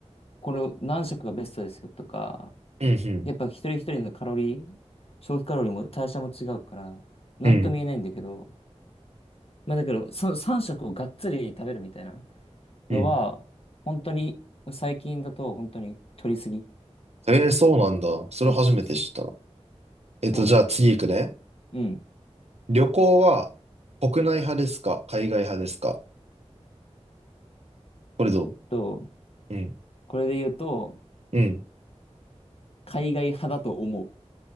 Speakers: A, on the left; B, on the right.
A: これを何食がベストですよとか、
B: うん、うん。
A: やっぱ一人一人のカロリー、消費カロリーも代謝も違うから、なんとも言えないんだけど、
B: うん、
A: まあだけど、そ3食をがっつり食べるみたいなのは、
B: うん。
A: 本当に最近だと本当に取りすぎ。
B: えーそうなんだ。それ初めて知った。
A: そうそうそう。
B: えっと、
A: そうなの。
B: じゃあ次行くね。
A: うん。
B: 旅行は国内派ですか海外派ですかこれど
A: と
B: ううん。
A: これで言うと、
B: うん
A: 海外派だと思